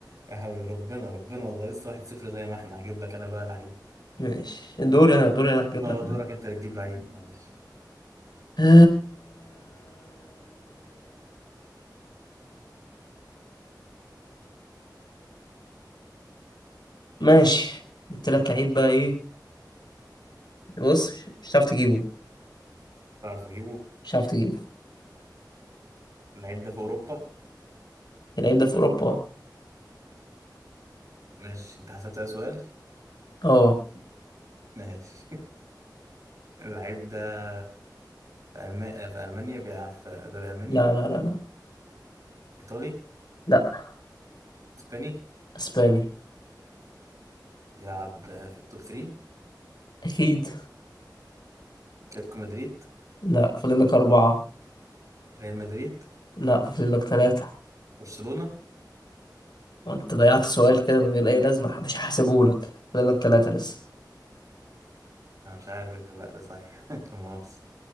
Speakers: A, on the right; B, on the left.
A: لا حول ربنا ربنا والله لسه واحد صفر زي ما احنا هجيب لك انا بقى لعيب
B: ماشي دوري انا دوري انا هجيب
A: اه
B: لك
A: دورك انت اللي تجيب لعيب معلش
B: آه، ماشي التلات لعيب بقى ايه بص مش هتعرف تجيبه
A: بعرف اجيبه
B: مش هتعرف تجيبه
A: اللعيب ده في اوروبا
B: اللعيب ده في اوروبا
A: ماشي انت حسبت ده سؤال
B: اه
A: ماشي <laughs> اللعيب ده في ألم... في المانيا بيلعب في الدوري الالماني
B: لا لا لا لا
A: ايطالي
B: لا
A: اسباني
B: اسباني
A: بيلعب في التوب 3
B: اكيد
A: اتلتيكو مدريد
B: لا فاضل لك اربعة
A: ريال مدريد
B: لا فاضل لك تلاتة
A: برشلونة
B: وانت ضيعت سؤال كده من غير اي لازمة مش هحسبه لك فاضل لك تلاتة لسه
A: انا مش عارف الغباء ده صحيح <laughs> لا مؤاخذة